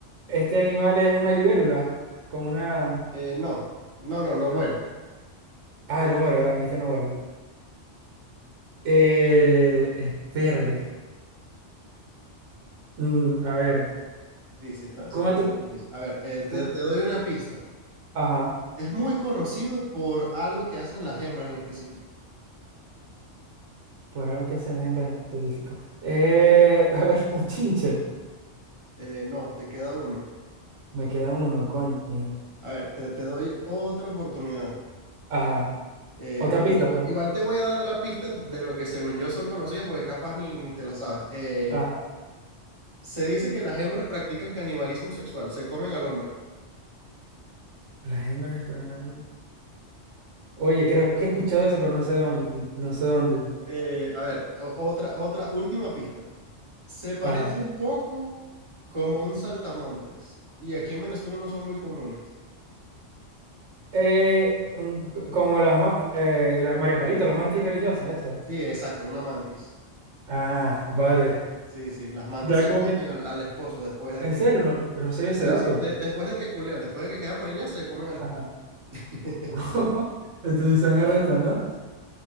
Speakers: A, on the right; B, on the right.
A: este animal es una libélula, como una...
B: Eh, no, no, no, no
A: No.
B: vuela.
A: Ah, no vuela, ¿verdad? Me dijiste no vuela. Eh, es verde. Mm, a ver,
B: Sí, sí está, sí
A: ¿cómo
B: está
A: otro?
B: un poco difícil. A ver, eh,
A: te-
B: te, te doy una pista.
A: Ajá,
B: Es muy conocido por algo que hacen las hembras en específico.
A: por algo que hacen las hembras en específico. Eh, a ver, <laughs> un chinche.
B: Eh, no, te queda uno.
A: Me queda uno, coño.
B: A ver, te, te doy otra oportunidad.
A: Ajá.
B: Eh,
A: Otra
B: bueno,
A: pista,
B: igual,
A: otra-
B: igual te voy a dar la pista de lo que según yo son conocidas, porque capaz ni, ni te la sabes. Eh,
A: Ajá.
B: se dice que las hembras practican canibalismo sexual, se comen al hombre.
A: Las hembras. ah, Oye, creo que he escuchado eso, pero no sé dónde, no sé dónde.
B: Eh, a ver, o- otra, otra última pista. Se parece
A: Ajá.
B: un poco como a un saltamontes. Y aquí en Venezuela no son muy comunes.
A: Eh, un- como las, ma- eh, las María Palito, las mantis religiosas, esas.
B: Sí, exacto, una mantis.
A: Ah, vale.
B: Sí, sí, las mantis
A: Ya
B: se
A: como
B: comen
A: que,
B: al, al esposo después de
A: en
B: que...
A: serio, no, no sé ese
B: Sí,
A: dato.
B: sí, de- después de que culean, después de que quedan preñadas, se comen al esposo.
A: Ajá.
B: <laughs>
A: <laughs> Entonces se arrestan, ¿no?